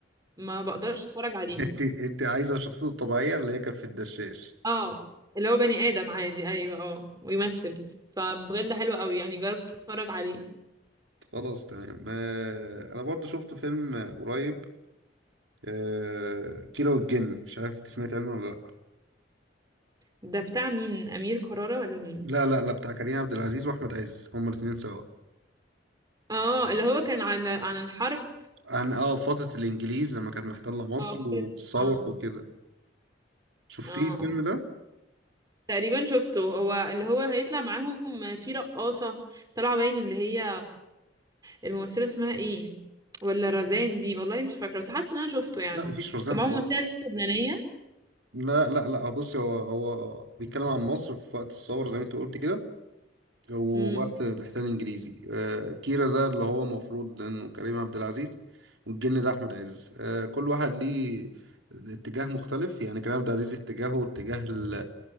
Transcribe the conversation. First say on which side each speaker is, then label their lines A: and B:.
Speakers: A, on the right; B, on the right.
A: ما بقدرش اتفرج عليها
B: انت انت عايزه الشخصيه الطبيعيه اللي هي كانت في الدشاش
A: اه اللي هو بني ادم عادي ايوه اه ويمثل فبجد حلو قوي يعني جرب تتفرج عليه
B: خلاص تمام آه، انا برضو شفت فيلم قريب آه، كيرة والجن مش عارف انت سمعت عنه ولا
A: ده بتاع مين امير كرارة ولا مين
B: لا لا لا لا بتاع كريم عبد العزيز واحمد عز هما الاثنين سوا
A: اه اللي هو كان عن عن الحرب
B: عن اه فتره الانجليز لما كانت محتله مصر
A: اه فكرة
B: والثوره
A: اه
B: وكده شفتيه
A: اه
B: الفيلم ده
A: تقريبا شفته هو اللي هو هيطلع معاهم في رقاصة طالعة باين اللي هي الممثلة اسمها ايه ولا رزان دي والله مش فاكرة بس حاسة ان انا شفته يعني
B: لا مفيش رزان
A: كان معاهم
B: خالص
A: ممثلة لبنانية
B: لا لا لا آه، بصي هو هو بيتكلم عن مصر في وقت الثوره زي ما انت قلت كده هو
A: امم
B: وقت الاحتلال الانجليزي آه كيرا ده اللي هو المفروض انه كريم عبد العزيز والجن ده احمد عز آه كل واحد ليه اتجاه مختلف يعني كريم عبد العزيز اتجاهه اتجاه ال-